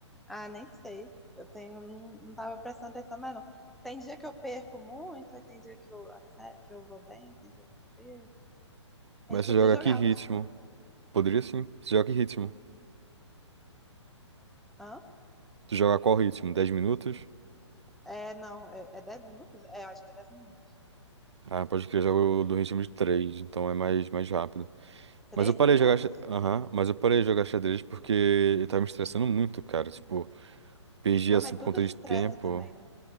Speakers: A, in the centre; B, on the right (about 65°).
A: Ah, nem sei. Eu tenho, não, não tava prestando atenção, mas não. Tem dia que eu perco muito, aí tem dia que eu, ace- que eu vou bem, tem dia que eu perco.
B: Mas
A: A gente podia
B: você joga
A: jogar
B: que ritmo?
A: uns.
B: Poderia sim. Você joga que ritmo?
A: Hã?
B: Tu joga qual ritmo? dez minutos?
A: É, não, é, é 10 minutos? É, eu acho que é dez minutos.
B: Ah, pode crer, eu jogo do ritmo de 3 então é mais, mais rápido.
A: três
B: Mas eu parei
A: minutos?
B: de jogar, xa- aham, mas eu parei de jogar xadrez porque eu tava me estressando muito, cara. Tipo, perdi
A: Não,
B: assim
A: mas
B: por
A: tudo
B: conta
A: te
B: de
A: estressa
B: tempo.
A: também, né?